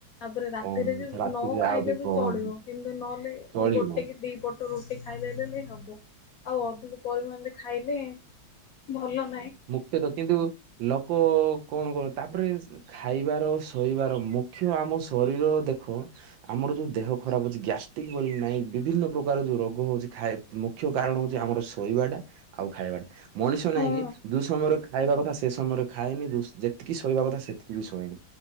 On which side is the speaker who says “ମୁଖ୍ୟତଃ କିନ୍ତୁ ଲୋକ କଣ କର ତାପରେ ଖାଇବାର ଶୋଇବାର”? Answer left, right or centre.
Right